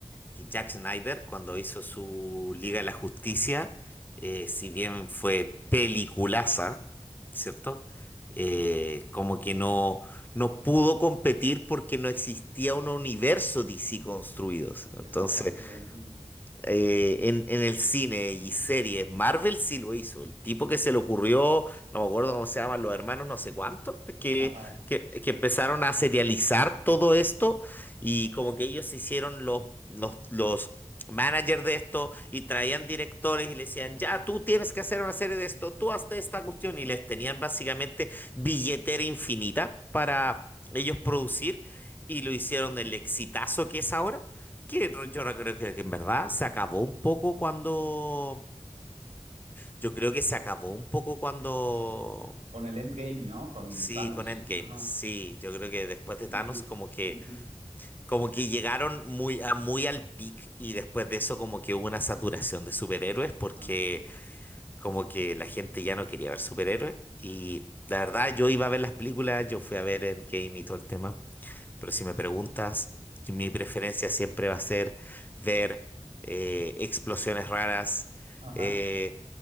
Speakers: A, on the left; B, on the right.
A: que Jack Snyder, cuando hizo su Liga de la Justicia, eh, si bien fue peliculaza, ¿cierto? Eh, como que no, no pudo competir porque no existía un universo DC construido. ¿sí? Entonces,
B: Exactamente. ujú.
A: eh, en, en el cine y series, Marvel sí lo hizo. El tipo que se le ocurrió, no me acuerdo cómo se llaman, los hermanos no sé cuánto, que,
B: Ajá.
A: que, que empezaron a serializar todo esto y como que ellos se hicieron los, los, los managers de esto y traían directores y le decían, ya, tú tienes que hacer una serie de esto, tú hazte esta cuestión y les tenían básicamente billetera infinita para ellos producir y lo hicieron el exitazo que es ahora. Que no- yo no creo que, que en verdad se acabó un poco cuando. Yo creo que se acabó un poco cuando.
B: Con el Endgame, ¿no? Con
A: Sí,
B: Thanos.
A: con Endgame.
B: Ajá.
A: Sí, yo creo que después de Thanos
B: Sí.
A: como que
B: ujú,
A: como que llegaron muy a- muy al peak y después de eso como que hubo una saturación de superhéroes porque
B: Así es.
A: como que la gente ya no quería ver superhéroes y la verdad yo iba a ver las películas, yo fui a ver Endgame y todo el tema. Pero si me preguntas, mi preferencia siempre va a ser ver eh, explosiones raras.
B: Ajá.
A: eh,